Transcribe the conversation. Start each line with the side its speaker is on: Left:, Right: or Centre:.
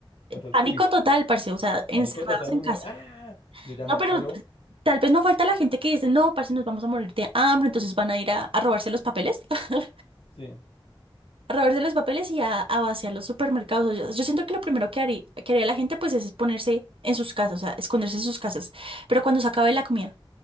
Left: nosotros,
Right: Pánico
Left: uy,
Right: total, parce, o sea, encerrados
Left: pánico total,
Right: en
Left: uno,
Right: casa.
Left: ah, yo llamar,
Right: No, pero
Left: aló,
Right: tal vez no falta la gente que dice, no, parce, nos vamos a morir de hambre, entonces van a ir a, a robarse los papeles. <laughs>
Left: sí,
Right: a robarse los papeles y a, a vaciar los supermercados. O Yo, yo siento que lo primero que haría, que haría la gente pues es ponerse en sus casas, o sea, esconderse en sus casas, pero cuando se acabe la comida.